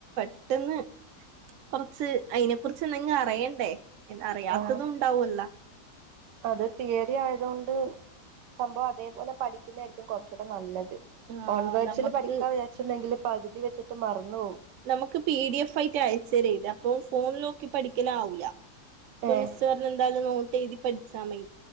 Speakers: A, on the right; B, on the right.
A: പന്ന് കൊറച്ച് അയിതിനെ കുുറിച്ച് എന്തെങ്കും അറിയണ്ടേ അറിയാത്തതും
B: ആ
A: ഉണ്ടാവല്ലോ
B: അത് തീയറി ആയതുകൊണ്ട് സംഭവം അതേപോലെ പഠിക്കുന്നതായിരിക്കും കുറച്ചൂട്ട നല്ലത്
A: ആഹ്
B: കോൺവേർസിില്
A: നമ്മക്ക്
B: പഠിക്കാൻ വിചാച്ചുണ്ടെങ്കിൽ പകുതി വെച്ചിട്ട് മറന്നു പോകും
A: നമുക്ക് പി ഡി എഫ് ആയിട്ട് അയച്ച തരത് അപ്പൊ ഫോണിലോക്കി പഠിക്കാന ആാവൂല ഇപ്പൊ
B: ഏഹ്
A: മിസ് പറഞ്ഞ എന്തായാലും നോട്ട് എഴുതി പഠിച്ചാ മൈ